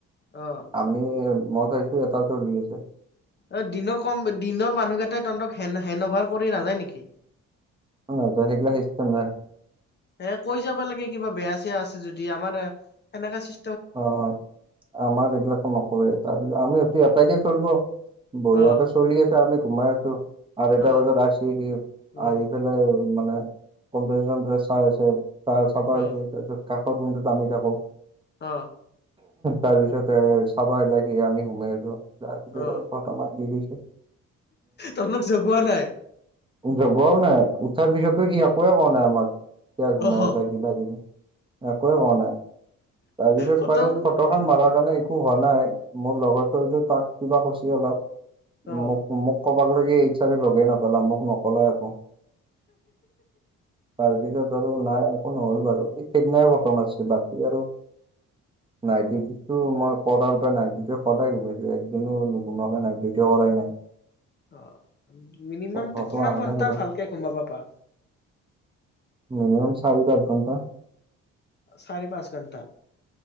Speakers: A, on the left (about 35°); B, on the right (about 15°).
A: অ
B: আমি মই গৈছোঁ তাৰপিছত উলিয়াইছে।
A: অ দিনৰ কম দিনৰ মানুহকেইটাই তহঁতক হেণ্ড হেণ্ড অভাৰ কৰি নাযায় নেকি?
B: নাযায়, সেইগিলা চিষ্টেম নাই
A: এ কৈ যাব লাগে কিবা বেয়া চেয়া আছে। যদি আমানে সেনেকা চিচ
B: অ আমাক এইগিলাকো নকৰে তাছত আমি এতিয়া এটাকে চলব। বঢ়িয়াকে
A: অ
B: চলি আছে আমি ঘোমাইছো আৰু এটা
A: অ
B: বজাত আহিছে সি
A: অ
B: আহি পেলাই মানে কম্পল চাই আছে চাই চাফা
A: অ
B: তাৰপিছত ক তাত ৰমটোত আামি থাকোঁ।
A: অ
B: তাৰ পিছতে চাবাইলাকে আমি সোমাই আছোঁ তাৰপিছত
A: অ
B: আৰু ফটো মাৰি দি দিছোঁ।
A: তহঁতক জগোৱা নাই।
B: গোৱাও নাই উঠাৰ পিছতো সি একোৱেই কোৱা নাই আমাক। কিয় ঘোমাই
A: অহ
B: আছ কিবা কিবি একোৱে হোৱা নাই। তাৰপিছত
A: খতম
B: বাৰু ফটো খন মাৰাৰ কাৰণে একো হোৱা নাই মোৰ লগৰ টোক যে তাক কিবা কৈছে অলপ।
A: অ
B: মোক মোক কবাক লাগে ইচ্ছাৰে লগে নাপেলে মোক নকলে একো। তাৰপিছত আৰু নাই এ নহ'ল বাৰু এই কেইদিনাই বৰ্তমান আছে বাকী আৰু। নাইটি ডিউটিটো মই কৰাৰ পৰা নাইট ডিউটিত সদায় ঘুমাইছো একদিনো নুঘুমাকে নাইট ডিউটিয়ে কৰাই নাই।
A: অ মিনিমামটো
B: ঘৰতো
A: কিমান
B: অহা
A: ঘন্টা
B: নাই বাৰু
A: ভালকে ঘোমাব পাৰা।
B: মিনিমাম চাৰি দচ ঘণ্টা।
A: চাৰি পাঁচ ঘণ্টা